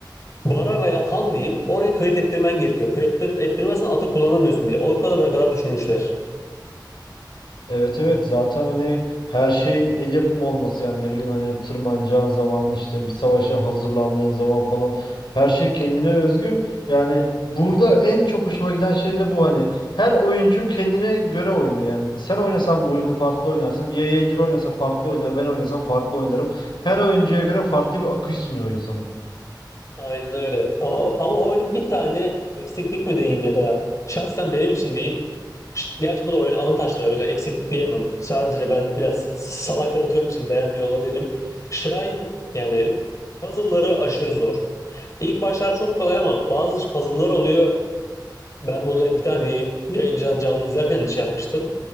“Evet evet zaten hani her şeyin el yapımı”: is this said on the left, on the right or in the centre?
Left